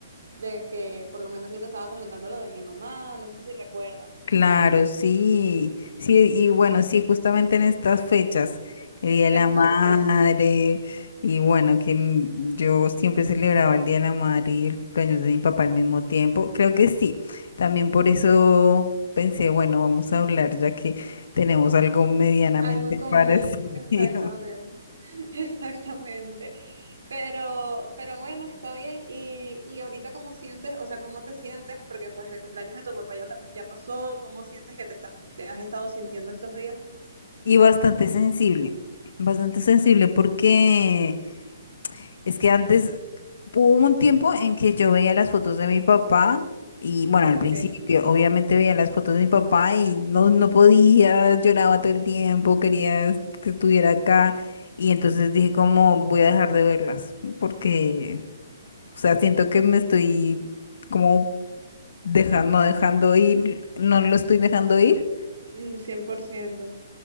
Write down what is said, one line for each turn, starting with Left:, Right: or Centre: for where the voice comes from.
Right: de que por lo menos yo te estaba comentando lo de mi mamá, no sé si recuerdas.
Left: Claro, sí, sí, y bueno, sí, justamente en estas fechas, el Día de
Right: Exacto.
Left: la Madre, y bueno, que mm, yo siempre celebraba el Día de la Madre y el cumpleaños de mi papá al mismo tiempo, creo que sí, también por eso pensé, bueno, vamos a hablar ya que tenemos algo medianamente
Right: Algo en común,
Left: parecido
Right: exactamente,
Left: <laughs>
Right: <laughs> exactamente. Pero, pero bueno, está bien. Y, y ahorita, ¿cómo sientes? O sea, ¿cómo te sientes? Porque pues el cumpleaños de tu papá ya, ta- ya pasó. ¿Cómo sientes que te estás, te has estado sintiendo estos días?
Left: y bastante sensible, bastante sensible porque Es que antes hubo un tiempo en que yo veía las fotos de mi papá y bueno, al
Right: Ok,
Left: principio obviamente veía las fotos de mi papá y
Right: claro.
Left: no, no podía, lloraba todo el tiempo, quería que estuviera acá y entonces dije como voy a dejar de verlas porque, o sea, siento que me estoy como dejando, no dejando ir, no lo estoy dejando ir.
Right: Mm, cien por ciento